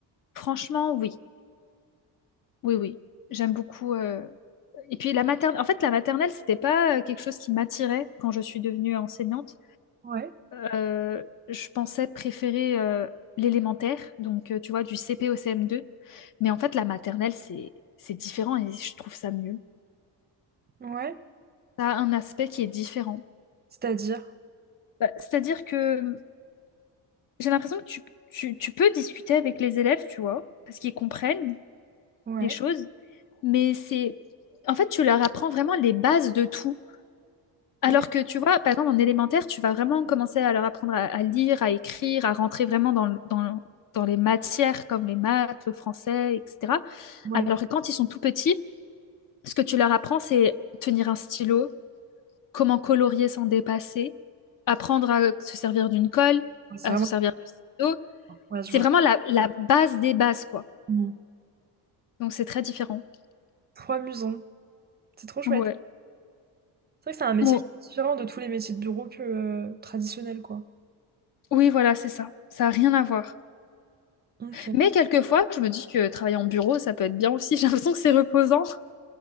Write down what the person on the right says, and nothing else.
Ouais.
Ouais.
C'est-à-dire?
Ouais.
Oui.
Ouais.
Ouais, c'est
vraiment...
Ouais, je
vois.
Mhm.
Trop amusant. C'est trop chouette.
C'est vrai que c'est un métier
qui est différent de tous les métiers de bureau que euh, traditionnels, quoi.
Ok.